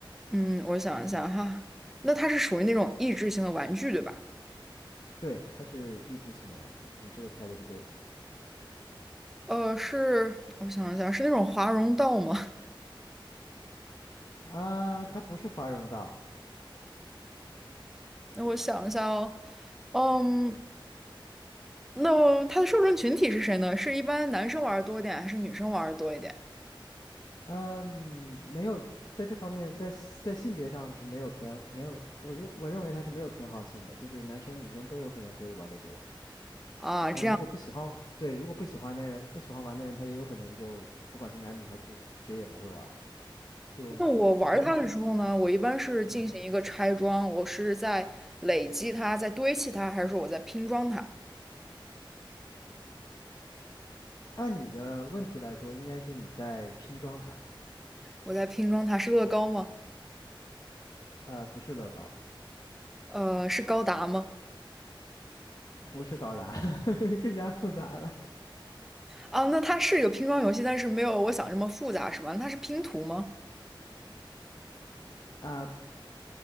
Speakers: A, in the centre; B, on the left.
A: 嗯，我想一下哈，那它是属于那种益智型的玩具，对吧？
B: 对，它是益智性的玩具，你这个猜的是对的
A: 呃，是，我想一下，是那种华容道吗？
B: 啊，它不是华容道，
A: <laughs> 那我想一下哦，嗯，那它的受众群体是谁呢？是一般男生玩儿多一点，还是女生玩儿多一点？
B: 嗯，没有在这方面，在在性别上是没有偏没有，我就我认为它是没有偏好性的，就是男生女生都有可能会玩得多，
A: 啊
B: 但如果不喜欢，对，如果不喜欢的人不喜欢玩的人，他也有可能就不管是男女，他就谁也不会玩儿，就就还是
A: 那我玩它的时候呢，我一般是进行一个拆装，
B: 嗯，
A: 我是在累积它，在堆砌它，还是说我在拼装它？
B: 按你的问题来说，应该是你在拼装它。
A: 我在拼装它是乐高吗？
B: 呃，不是乐高，
A: 呃，是高达吗？
B: 不是高达，<laughs> 更加复杂了
A: 啊，那它是一个拼装游戏，但是没有我想这么复杂，是吧？那它是拼图吗？
B: 啊，